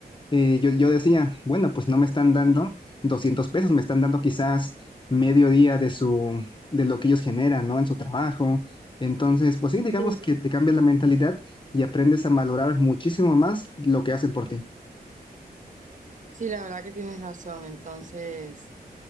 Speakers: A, on the left; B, on the right.
A: Eh, yo, yo decía, bueno, pues no me están dando 200 pesos, me están dando quizás medio día de su, de lo que ellos generan, ¿no? En su trabajo. Entonces, pues sí, digamos
B: Sí,
A: que te cambia la mentalidad y aprendes a valorar muchísimo más lo que hacen por ti.
B: Sí, la verdad que tienes razón, entonces...